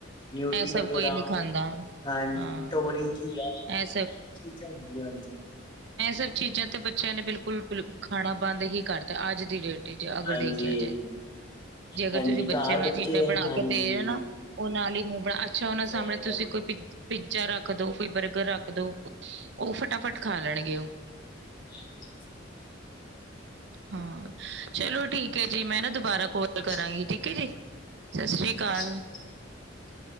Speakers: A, on the left (about 25°); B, on the right (about 60°).
A: ਨਿਊਟਰੀ
B: ਇਹ ਸਭ
A: ਵਗੈਰਾ,
B: ਕੋਈ ਨਹੀਂ ਖਾਂਦਾ,
A: ਹਾਂਜੀ
B: ਹਾਂ
A: ਤੋਰੀ, ਘੀਆ
B: ਇਹ
A: ਚੀਜ਼ਾਂ ਹੁੰਦੀਆਂ ਹਨ।
B: ਐਹ ਸਭ ਚੀਜ਼ਾਂ ਤੇ ਬੱਚਿਆਂ ਨੇ ਬਿਲਕੁਲ ਬਿਲ ਖਾਣਾ ਬੰਦ ਹੀ ਕਰਤਾ, ਅੱਜ ਦੀ ਡੇਟ ਏਚ ਅਗਰ
A: ਹਾਂਜੀ।
B: ਦੇਖਿਆ ਜਾਏ। ਜੇ ਅਗਰ
A: ਹਾਂਜੀ,
B: ਤੁਸੀਂ ਬੱਚੇ
A: ਘਰ
B: ਨੂੰ ਐਹ ਚੀਜ਼ਾਂ ਬਣਾ
A: ਹਾਂਜੀ,
B: ਕੇ ਦੇ ਰੇ ਨਾ ਓਹ ਨਾਲ ਈ ਮੂੰਹ ਬਣਾ ਅੱਛਾ, ਓਹਨਾਂ
A: ਸਹੀ
B: ਦੇ ਸਾਹਮਣੇ
A: ਗੱਲ
B: ਤੁਸੀਂ ਕੋਈ ਪਿਜ਼ ਪੀਜ਼ਾ ਰੱਖ ਦੋ, ਕੋਈ ਬਰਗਰ ਰੱਖ ਦੋ, ਓਹ ਫਟਾਫਟ ਖਾ ਲੈਣਗੇ ਓਹ।
A: ਹਾਂਜੀ, ਸਹੀ ਗੱਲ।
B: ਹਾਂ, ਚਲੋ ਠੀਕ ਐ
A: ਚਲੋ
B: ਜੀ,
A: ਹੈ,
B: ਮੈਂ ਨਾ ਦੁਬਾਰਾ
A: ਸਤਿ ਸ਼੍ਰੀ
B: ਕੋਲ
A: ਅਕਾਲ।
B: ਕਰਾਂਗੀ, ਠੀਕ ਐ ਜੀ। ਸਸ੍ਰੀ
A: ਸਤਿ
B: ਕਾਲ।
A: ਸ਼੍ਰੀ ਅਕਾਲ ਜੀ।